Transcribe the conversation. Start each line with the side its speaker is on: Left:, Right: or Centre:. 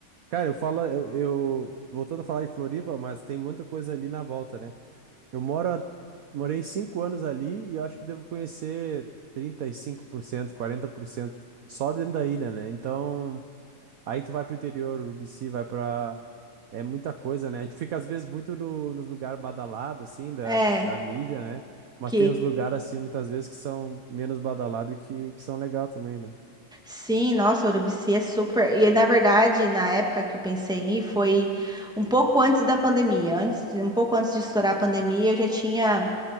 Right: Cara, eu falo, eu, eu- Voltando a falar em Floripa, mas tem muita coisa ali na volta, né? Eu moro há- morei cinco anos ali e eu acho que devo conhecer trinta e cinco por cento, quarenta por cento só dentro da ilha, né? Então. Aí tu vai pro interior, Urubici, vai pra. É muita coisa, né? A gente fica às vezes muito no, nos lugares badalados, assim, da,
Centre: É,
Right: da, da mídia, né? Mas
Centre: que
Right: tem uns lugares, assim, muitas vezes que são menos badalados e que, que são legal também, né?
Centre: sim, nossa, Urubici é super. E na verdade, na época que eu pensei em ir, foi um pouco antes da pandemia. Antes, um pouco antes de estourar a pandemia, eu já tinha